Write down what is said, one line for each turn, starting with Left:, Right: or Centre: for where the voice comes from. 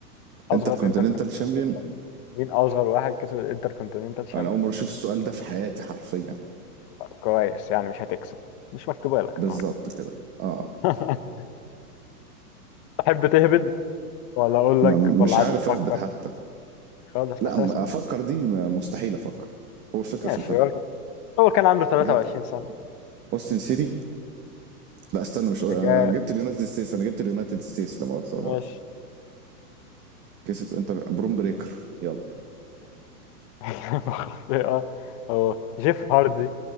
Left: أصغر
Right: انتركونتيننتال
Left: انتركونتيننتال
Right: شامبيون
Left: شامبيون مين أصغر واحد كسب الانتركونتيننتال شامبيون
Right: انا اول مره اشوف السؤال ده في حياتي حرفيا
Left: طب كويس يعني مش هتكسب مش مكتوبة لك
Right: بالظبط
Left: النهاردة
Right: كده اه
Left: <laughs> تحب تهبد ولا اقول
Right: ما
Left: لك
Right: مش
Left: ولا عايز
Right: عارف
Left: تفكر
Right: اهبط حتى
Left: خالص
Right: لا
Left: اساسا
Right: م- افكر دي م- مستحيل افكر هو الفكره
Left: ماشي
Right: في الهبد
Left: هو هو كان عنده 23
Right: الهبد
Left: سنة
Right: اوستن سيتي لا استنى مش انا
Left: جاء
Right: جبت اليونايتد ستيتس انا جبت اليونايتد ستيتس لا مؤاخذه
Left: ماشي
Right: لا مؤاخذه كسب انتر بروم بريكر يلا
Left: <laughs> إجابة خاطئة هو جيف هاردي